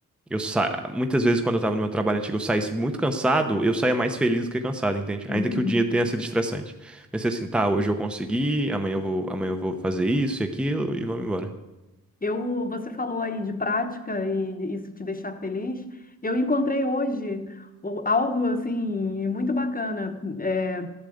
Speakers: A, in the centre; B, on the left.
A: Eu sa... Muitas vezes, quando eu tava no meu trabalho antigo, eu saísse muito cansado, eu saía mais feliz do que cansado, entende?
B: <laughs>
A: Ainda que o dia tenha sido estressante. Pensei assim, tá, hoje eu consegui, amanhã eu vou, amanhã eu vou fazer isso e aquilo e vamos embora.
B: Eu, você falou aí de prática e isso te deixar feliz. Eu encontrei hoje o- algo assim muito bacana é,